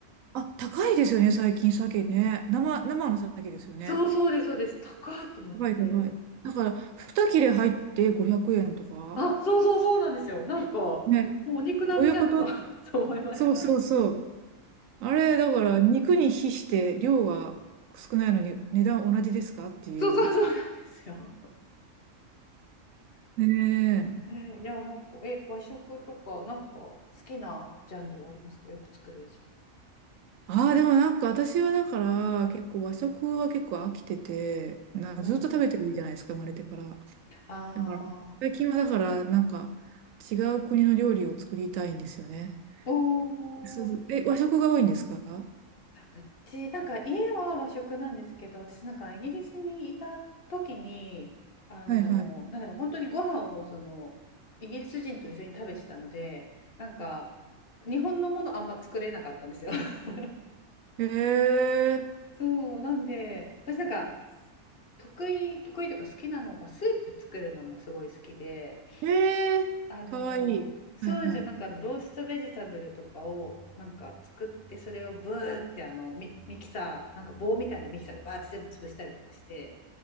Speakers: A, on the right; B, on the left.
A: あ、高いですよね、最近、鮭ね。生、生の鮭ですよね。
B: そうそうです、そうです。高いと思って。
A: 高い、高い。だから、2切れ入って500円とか。
B: あ、そうそうそうなんですよ。なんか、
A: ね、
B: んもうお肉並みじゃんと
A: どういうこと
B: <laughs> そう思いました。
A: そうそうそう。あれ、だから、肉に比して量が少ないのに値段同じですかっていう。
B: そうそうそうなんですよ。
A: ねえ。
B: えーいや、なんか、え、和食とか、なんか好きなジャンルはありますかよく作るやつ。
A: ああ、でもなんか私はだから結構和食は結構飽きてて、な、
B: うん。
A: ずっと食べてるじゃないですか、生まれてから。
B: あ
A: だから、
B: あ、
A: 最近はだからなんか違う国の料理を作りたいんですよね。
B: おお。
A: そうそう。え、和食が多いんですかは
B: うち、なんか家は和食なんですけど、私なんかイギリスにいた時に、あの、
A: いはい。
B: なんだろう、本当にご飯をその、イギリス人と一緒に食べてたので、なんか、日本のものあんま作れなかったんですよ。<laughs>
A: へえ、
B: そう、なんで、私なんか、得意、得意というか好きなのが、スープ作るのもすごい好きで、
A: へえ、
B: あのそうじゃなんかあのローストベジタブルとかをなんか作ってそれをブーってあのミ、
A: かわいい。はいはい。
B: ミキサーなんか棒みたいなミキサーでバーって全部潰したりとかして